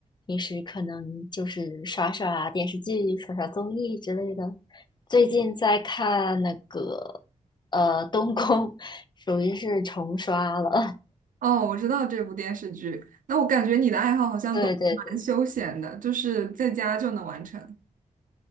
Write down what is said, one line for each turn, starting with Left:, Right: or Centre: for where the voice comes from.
Left: 平时可能就是刷刷电视剧、刷刷综艺之类的。最近在看那个呃《东宫》，属于是重刷了。
Right: 哦，我知道这部电视剧。那我感觉你的爱好好像都蛮休闲的，
Left: <laughs> 对对，对
Right: 就是在家就能完成。